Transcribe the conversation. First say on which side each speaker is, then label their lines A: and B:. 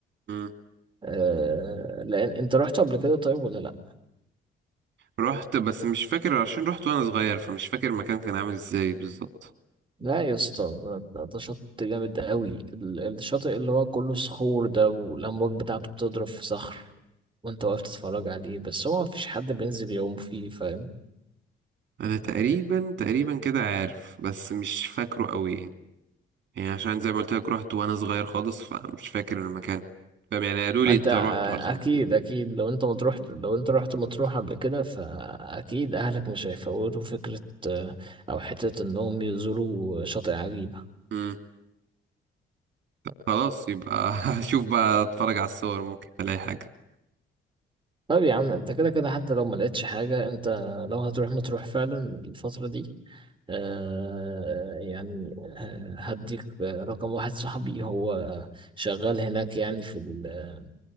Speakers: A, on the right (about 60°); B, on the right (about 25°).
A: مم.
B: آه، لان انت رحت قبل كده طيب ولا لا
A: رحت بس مش فاكر عشان رحت وانا صغير فمش فاكر المكان كان عامل ازاي بالظبط
B: لا يا اسطى ده ده- ده شط جامد قوي ال- الشاطئ اللي هو كله صخور ده والأمواج بتاعته بتضرب في صخر وانت واقف تتفرج عليه بس هو مفيش حد بينزل يعوم فيه فاهم
A: انا تقريبا تقريبا كده عارف بس مش فاكره قوي يعني يعني عشان زي ما قلت لك رحت وانا صغير خالص فمش فاكر المكان فاهم يعني قالوا
B: ما
A: لي
B: انت
A: انت
B: آه،
A: رحت مرسى
B: اكيد
A: مطروح
B: اكيد لو انت مطروح لو انت رحت مطروح قبل كده فاكيد اهلك مش هيفوتوا فكرة آه، او حتة انهم يزوروا شاطئ عجيبة
A: امم خلاص يبقى <laughs> هشوف بقى اتفرج على الصور ممكن الاقي حاجه
B: طب يا عم انت كده كده حتى لو ما لقيتش حاجة انت لو هتروح مطروح فعلا الفترة دي آه، يعني آه، هديك رقم واحد صاحبي هو شغال هناك يعني في ال-